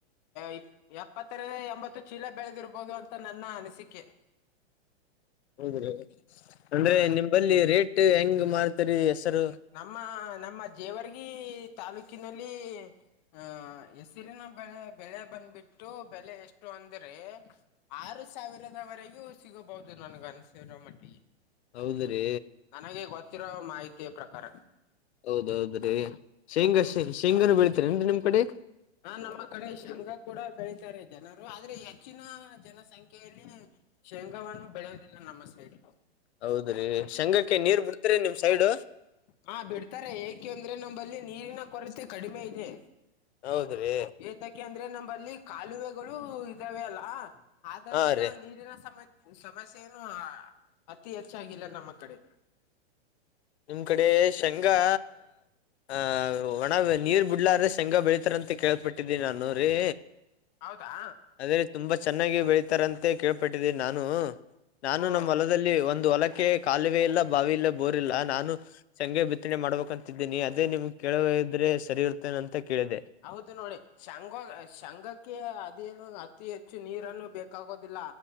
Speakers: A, on the left; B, on the left.
A: ಇ ಎಪ್ಪತ್ತರಿಂದ ಎಂಬತ್ತು ಚೀಲ ಬೆಳೆದಿರ್ಬಹುದು ಅಂತ ನನ್ನ ಅನಿಸಿಕೆ.
B: ಹೌದಿ ಅಂದ್ರೆ
A: ಹಾ
B: ನಿಂಬಲ್ಲಿ ರೇಟ್ ಹೆಂಗ್ ಮಾಡ್ತರಿ ಹೆಸರು
A: ನಮ್ಮ ನಮ್ಮ ಜೇವರ್ಗಿ ತಾಲೂಕಿನಲ್ಲಿ ಆಹ ಹೆಸರಿನ ಬೆಳೆ ಬೆಳೆ ಬಂದ್ಬಿಟ್ಟು ಬೆಲೆ ಎಷ್ಟು ಅಂದ್ರೆ ಆರು ಸಾವಿರದವರೆಗೂ ಸಿಗಬಹುದು ನನಗನಸರ ಮಟ್ಟಿಗೆ
B: ಹೌದ್ರೀ
A: ನನಗೆ ಗೊತ್ತಿರೋ ಮಾಹಿತಿಯ ಪ್ರಕಾರ
B: ಹೌದೌದ್ರೀ ಶೇಂಗಾ ಶೇಂಗಾನ ಬೆಳೆತೀರಿ ಇಯನ್ರಿ ನಿಮ್ ಕಡೆ.
A: ಹಾ ನಮ್ಮ ಕಡೆ ಶೇಂಗಾಕೂಡ ಬೆಳೀತಾರೆ ಜನರು ಆದ್ರೆ ಹೆಚ್ಚಿನ ಜನಸಂಖ್ಯೆಯಲ್ಲಿ ಶೇಂಗಾವವನ್ನು ಬೆಳೆಯೋದಿಲ್ಲ ನಮ್ಮ ಸೈಡು.
B: ಹೌದ್ರಿ ಶಂಗಾಕ್ಕೆ ನೀರ್ ಬಿಡ್ತರಿ ನಿಮ್ ಸೈಡ್.
A: ಹಾ ಬಿಡ್ತಾರೆ ಏಕೆ ಅಂದ್ರೆ ನಂಬಲ್ಲಿ ನೀರಿನ ಕೊರತೆ ಕಡಿಮೆ ಇದೆ.
B: ಹೌದ್ರಿ.
A: ಏತಕ ಅಂದ್ರೆ ನಂಬಲ್ಲಿ ಕಾಲುವೆಗಳು ಇದಾವೆ ಅಲ್ಲ ಆದ್ದರಿಂದ
B: ಹಾ ರೀ
A: ನೀರಿನ ಸಮಯ ಸಮಸ್ಯೆ ಏನು ಅತಿ ಹೆಚ್ಚಾಗಿಲ್ಲ ನಮ್ಮ ಕಡೆ.
B: ನಿಮ್ಮ್ ಕಡೆ ಶೇಂಗಾ ಆಹ ಒಣ ನೀರ್ ಬಿಡ್ಲಾದ್ರೆ ಶೆಂಗ ಬೆಳೀತಾರಂತ ಕೇಳಳ್ ಬಿಟ್ಟಿದೀನಿ ನಾನ್ರೀ
A: ಹೌದಾ.
B: ಅದೇಲ್ಲಿ ತುಂಬಾ ಚೆನ್ನಾಗಿ ಬೆಳತಾರ ಅಂತೆ ಕೇಳ್ಪಟ್ಟಿದ್ದೀನಿ ನಾನು ನಾನು
A: ಓ
B: ನಮ್ಮ ಹೊಲ ಒಂದು ಹೊಲಕೆ ಕಾಲುವೆ ಇಲ್ಲ ಬಾವಿ ಇಲ್ಲ ಬೋರ್ಲ್ಲ. ನಾನು ಸಂಗೆ ಬಿತ್ತನೆ ಮಾಡ್ಬೇಕಂತಿದ್ದೀನಿ ಅದೇ ನಿಮ್ಗೆ ಕೇಳಿದ್ರೆ ಸರಿ ಇರ್ತ್ತೇನೆ ಅಂತ. ಕೇಳಿದೆ
A: ಹಾ ಹೌದು ನೋಡಿ ಶಂಗ ಶಂಗಕ್ಕೆ ಅದೇನು ಅತಿ ಹೆಚ್ಚು ನೀರನ್ನು ಬೇಕಾಗೋದಿಲ್ಲ.